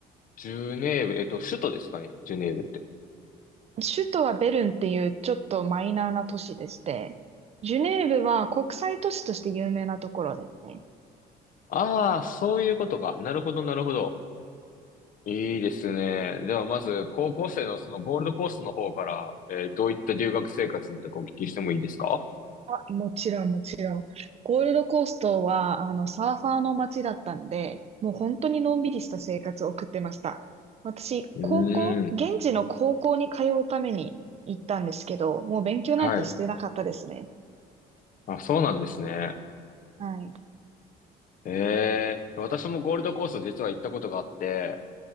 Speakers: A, on the left (about 55°); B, on the right (about 40°).
A: ジュネーブ、えっと、首都ですかね、ジュネーブって。
B: 首都はベルンっていうちょっとマイナーな都市でして、ジュネーブは国際都市として有名なところですね。
A: ああ、そういうことか。なるほど、なるほど。いいですね。では、まず、高校生のそのゴールドコーストの方から、えーどういった留学生活だったかお聞きしてもいいですか
B: もちろん、もちろん。ゴールドコーストは、あの、サーファーの街だったんで、もう本当にのんびりした生活を送ってました。私、
A: うーん。
B: 高校、現地の高校に通うために行ったんですけど、もう勉強なんてしてなかったですね。
A: はい。あ、そうなんですね。
B: はい。
A: ええ、私もゴールドコースト実は行ったことがあって、